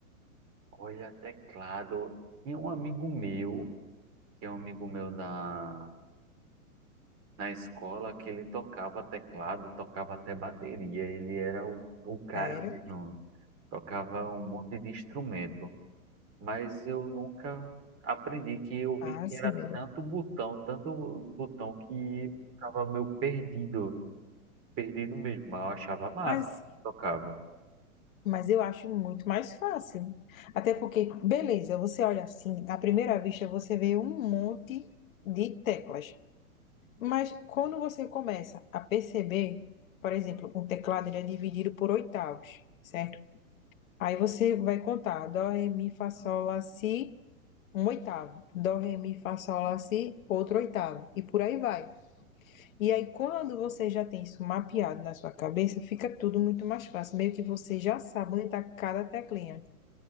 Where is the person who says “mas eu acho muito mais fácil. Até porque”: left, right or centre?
Left